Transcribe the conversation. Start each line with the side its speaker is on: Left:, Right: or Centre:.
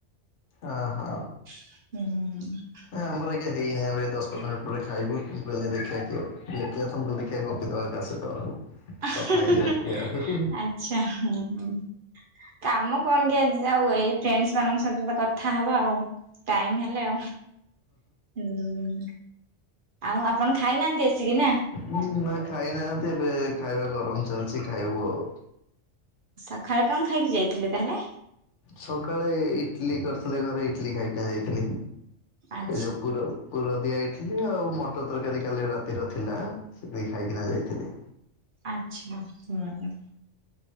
Left: ଅ ହୋ।
Right: ହଁ।
Left: ଆମର ଏଁଇକା ହେଇନାହିଁ ଆମେ ଦଶ ପନ୍ଦର ପରେ ଖାଇବୁ ମୁଁ କହିଲି ଦେଖିବା କିଏ ଦେଖିବା ତମକୁ ଦେଖିବା ଗପିଦେବା। କାହା ସହିତ
Right: ହା
Left: କଥା ହେଇଯିବା
Right: ହ ହ
Left: ଟିକେ ଆଉ ହୁଁ।
Right: ଆଚ୍ଛା ହଁ। କାମ କଣ କି ଆଜି ଆଉ ଏଇ ଫ୍ରେଣ୍ଡସ ମାନଙ୍କ ସହିତ ତ କଥା ହବା ଆଉ। ଟାଇମ ହେଲେ ଆଉ। ମ-ମ ଆଉ ଆପଣ ଖାଇନାହାନ୍ତି ଆସିକି ନା?
Left: ମ-ମ ନା ଖାଇନାହାନ୍ତି ଏବେ ଖାଇବା ଗରମ ଚାଲିଛି ଖାଇବୁ ଆଉ।
Right: ସଖାଳେ କଣ ଖାଇକି ଯାଇଥିଲେ ତାହେଲେ?
Left: ସକାଳେ ଇଟଲି କରିଥିଲେ ଘରେ ଇଟଲି ଖାଇକି ନା ଯାଇଥିଲି
Right: ଆଚ୍ଛା
Left: ଏ ଯୋଉ ପୁର ପୁର ଦିଆ ଇଟଲି ଆଉ ମଟର ତରକାରୀ କାଲି ରାତିର ଥିଲା ସେତିକି ଖାଇକିନା ଯାଇଥିଲି।
Right: ଆଚ୍ଛା ହଁ।